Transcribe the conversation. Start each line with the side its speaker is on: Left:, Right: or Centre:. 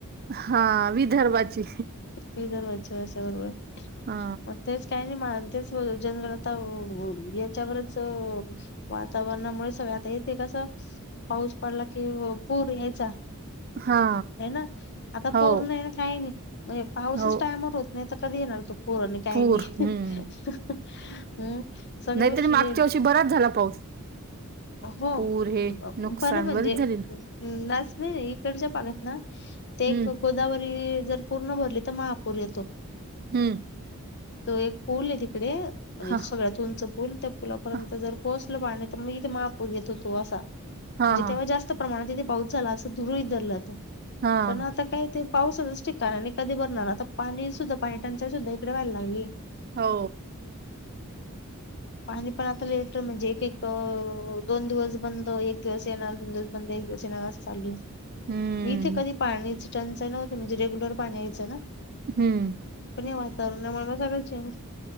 Right: हा विदर्भाची
Left: विदर्भाची भाषा <unintelligible>
Right: हा.
Left: मग तेच काही नाही मा तेच <unintelligible> जनरल आता, आ याच्यावरच वातावरणामुळे सगळे आता येते का? चा पाऊस पडला कि पूर यायचा
Right: हा
Left: हे ना. आता
Right: हो
Left: पूर नाही न काही नाही म्हजे, पाऊसच
Right: हो
Left: टायमवर होत नाही तर कधी येणार तो पुर? काही
Right: पूर
Left: नाही
Right: हम्म.
Left: <unintelligible> हम्म, सगळया
Right: नाहीतरी
Left: गोष्टी
Right: मागच्या
Left: ये
Right: वर्षी बराच झाला पाऊस
Left: हो
Right: पूर हे
Left: अ
Right: नुकसान
Left: बर म्हणजे
Right: बरीच
Left: अ
Right: झाली ना
Left: नस नाही, नाही इकडच्या भागात ना ते
Right: हम्म.
Left: एक गोदावरी जर पूर्ण भरली तर महापूर येतो
Right: हम्म.
Left: तो एक पूल आहे तिकडे, म्हणजे
Right: हा
Left: सगळ्यात उंच पूल त्या पुलापर्यंत
Right: हा
Left: जर पोहोच ल पाणी तर मग इथे महापूर येतो तो असा,
Right: हा
Left: मजे
Right: हा
Left: तेव्हा जास्त प्रमाणात तेथे पाऊस झाला असं <unintelligible> धरलं आता
Right: हा.
Left: पण आता काय ते पाऊसाचाच ठिकाणा नाई आणि कधी बरणार, आता पाणी सुद्धा पाणी टंचाई सुद्धा इकडे व्हायला लागली.
Right: हो.
Left: पाणी पण आता लेट म्हणजे, एक एक अ दोन दिवस बंद, एक दिवस येणार, दोन दिवस बंद ए <unintelligible>
Right: हम्म
Left: इथे कधी पाण्याची टंचाई नव्हती, म्हणजे रेग्युलर पाणी यायचं ना.
Right: हम्म.
Left: पण हे वातावरण <unintelligible>